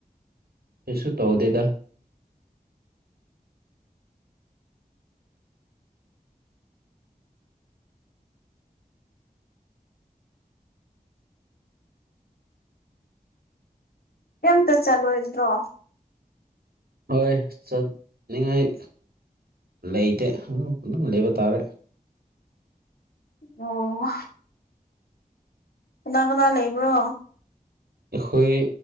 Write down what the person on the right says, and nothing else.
ꯀꯩꯁꯨ ꯇꯧꯗꯦꯗ
ꯍꯣꯏ ꯆꯠꯅꯤꯡꯉꯥꯏ ꯂꯩꯇꯦ ꯑꯗꯨ ꯑꯗꯨꯝ ꯂꯩꯕ ꯇꯥꯔꯦ
ꯑꯩꯈꯣꯏ